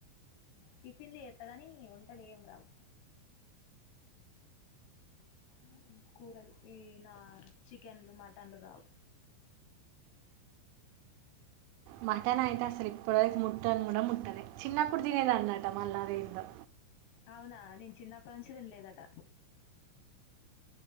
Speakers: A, on the left; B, on the right.
A: టిఫిన్లు చెత్త గానీ వంటలు ఏం రావు మ్మ్ మ్మ్ కూరలు ఈ నా చికెన్లు మటన్లు రావు
B: మట్టన్ అయితే అస్సలు ఇప్పుడు వరకు ముట్టన్ కూడా ముట్టలే చిన్నప్పుడు తినేదాన్నట మళ్ళ అదెందో
A: అవునా నేను చిన్నప్పటి నుంచి తినలేదట